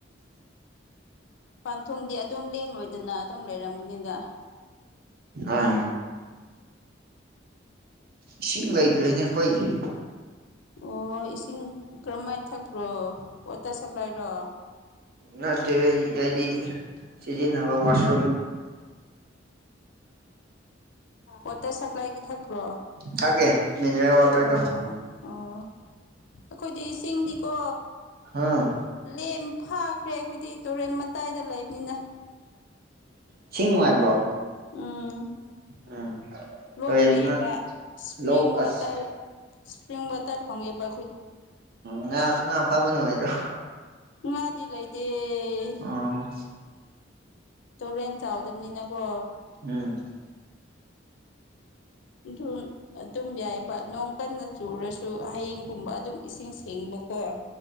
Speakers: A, on the left; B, on the right.
A: ꯄꯥꯟꯊꯨꯡꯗꯤ ꯑꯗꯨꯝ ꯂꯦꯡ ꯂꯣꯏꯗꯅ ꯑꯗꯨꯝ ꯂꯩꯔꯝꯒꯅꯤꯗ
B: ꯑꯥ ꯏꯁꯤꯡ ꯂꯩꯇ꯭ꯔꯦꯅꯦ ꯑꯩꯈꯣꯏꯒꯤ
A: ꯑꯣ ꯏꯁꯤꯡ ꯀꯔꯝꯃꯥꯏꯅ ꯊꯛꯄ꯭ꯔꯣ ꯋꯥꯇꯔ ꯁꯄ꯭ꯂꯥꯏꯔꯣ
B: ꯅꯠꯇꯦ ꯍꯥꯏꯗꯤ ꯁꯤꯖꯤꯟꯅꯕ ꯋꯥꯁ
A: ꯋꯥꯇꯔ ꯁꯄ꯭ꯂꯥꯏ ꯀ ꯊ ꯭ꯔꯣ
B: ꯊꯛꯑꯦ ꯃꯤꯅꯔꯦꯜ ꯋꯥꯇꯔꯗꯣ
A: ꯑ ꯑꯣ ꯑꯩꯈꯣꯏꯗꯤ ꯏꯁꯤꯡꯗꯤꯀꯣ
B: ꯑꯥ
A: ꯂꯦꯝ ꯐꯥꯈ꯭ꯔꯦ ꯑꯩꯈꯣꯏꯗꯤ ꯇꯨꯔꯦꯟ ꯃꯇꯥꯏꯗ ꯂꯩꯕꯅꯤꯅ
B: ꯎ ꯁꯤꯡ ꯅꯨꯡꯉꯥꯏꯕ꯭ꯔꯣ
A: ꯎꯝ
B: ꯎꯝ
A: ꯂꯣꯛ
B: ꯇꯨꯔꯦꯟ
A: ꯂꯩꯕ
B: ꯃꯅꯥꯛ
A: ꯏꯁꯄ꯭ꯔꯤꯡ
B: ꯂꯣꯛ
A: ꯋꯥꯇꯔ
B: ꯑꯁ
A: ꯅꯪ ꯚꯣꯇꯔ ꯋꯥꯇ ꯐꯉꯦꯕ
B: ꯉꯥ ꯉꯥ ꯐꯥꯕ ꯅꯨꯡꯉꯥꯏꯗꯔꯣ
A: ꯉꯗꯤ ꯂꯥꯏꯗꯤꯌꯦ
B: ꯑꯥ
A: ꯇꯨꯔꯦꯟ ꯆꯥꯎꯗꯕꯅꯤꯅꯀꯣ
B: ꯎꯝ
A: ꯑꯗꯨ ꯑꯗꯨꯝ ꯌꯥꯏꯕ ꯅꯣꯡ ꯀꯟꯅ ꯆꯨꯔꯁꯨ ꯍꯌꯦꯡꯒꯨꯝꯕ ꯑꯗꯨꯝ ꯏꯁꯤꯡ ꯁꯦꯡꯕ ꯀꯣ